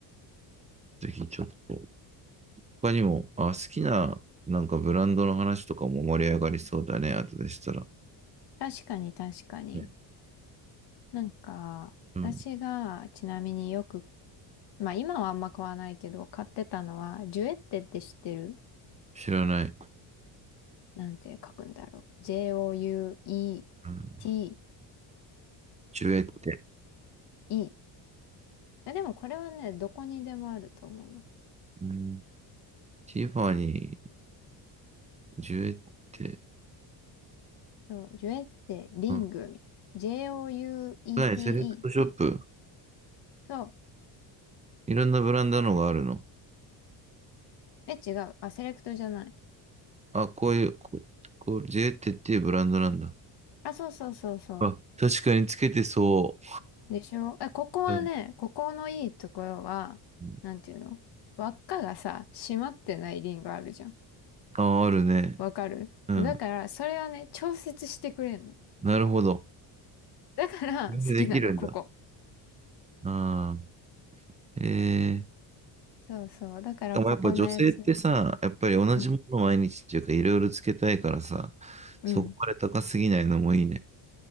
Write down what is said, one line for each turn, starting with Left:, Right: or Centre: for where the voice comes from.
Right: ぜひちょっと。他にも、あ、好きな、なんかブランドの話とかも盛り上がりそうだね。後でしたら。
Left: 確かに、確かに。
Right: ね、
Left: なんか、
Right: うん、
Left: 私が、ちなみによく、まあ、今はあんま買わないけど、買ってたのは、ジュエッテって知ってる
Right: 知らない。
Left: なんて書くんだろう。J-O-U-E-T-T
Right: うん、ジュエって。
Left: いい。あ、でもこれはね、どこにでもあると思うの。
Right: うん、ティファニー、ジュエって。
Left: そう、ジュエってリングみたいな。
Right: うん
Left: J-O-U-E-T-E。
Right: はいセレクトショップ。
Left: そう。
Right: いろんなブランドのがあるの。
Left: え、違う。あ、セレクトじゃない。
Right: あ、こういう、こ、こう、ジェーテっていうブランドなんだ。
Left: あ、そうそうそうそ
Right: あ、確かにつけてそ
Left: う。でしょえ、ここはね、
Right: う。うん。
Left: ここのいいところは、
Right: うん
Left: なんていうの輪っかがさ、閉まってないリングあるじゃん。
Right: あ、あるね。
Left: わかるだから、
Right: うん。
Left: それはね、調節してくれんの。
Right: なるほど。
Left: だから、
Right: それでできるんだ。
Left: 好きなの、ここ。
Right: ああ。えー。
Left: そうそう。だから、
Right: しかもやっぱ女性ってさ、
Left: ここのやつ。
Right: やっぱり同じものを毎日っていうかいろいろつけたいからさ、
Left: うん。うん。
Right: そこまで高すぎないのもいいね。